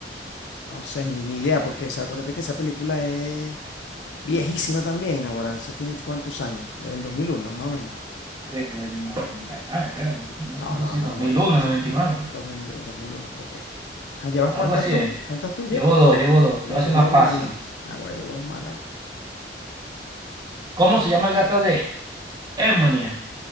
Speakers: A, on the left (about 80°); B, on the right (about 25°).
A: No sé, ni, ni idea, porque o acuérdate que esa película es viejísima también, ahora, esa tiene cuántos años, desde el 2001 más o menos.
B: Desde el noventa y nueve creo. ¿no? Una
A: No,
B: cosa
A: no,
B: así,
A: no,
B: dos
A: no,
B: mil
A: tampoco
B: uno noventa
A: sí, no, dos
B: y nueve
A: dos mil do- 2001 creo que es. Ah, ¿llevas cuántas
B: Algo así
A: tú?
B: es.
A: ¿Cuántas tú llevas?
B: Llevo dos,
A: Dos.
B: llevo dos.
A: Y
B: Te
A: yo
B: voy
A: llevo
B: a hacer una
A: dos
B: fácil.
A: malas. Naguará, llevo dos malas.
B: ¿Cómo se llama el gato de Hermione?